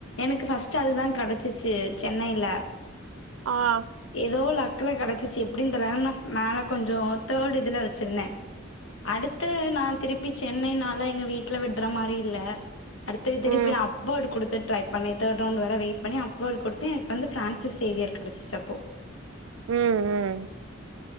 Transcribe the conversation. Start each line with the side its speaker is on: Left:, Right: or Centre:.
Left: எனக்கு ஃபஸ்ட் அதுதா கிடைச்சிச்சு சென்னயில
Right: ஆஹ
Left: ஏதோ லக்ல கிடைச்சிச்சு எப்டினு தெரல நான கொஞ்சோ தேர்டு இதுல வச்சிருந்தே அடுத்த நாள் திருப்பி சென்னைனால எங்க வீட்டுல விடற மாரி இல்ல அடுத்து திருப்பி
Right: ம்
Left: அப் வேடு கொடுத்து டைப் பண்ணி தேர்ட் ரவுண்ட வர வெய் பண்ணி அப்ருவ கொடுத்து எனக்கு வந்து ஃப்ரான்சஸ் சேவிய கிடச்சு அப்போ
Right: ம் ம்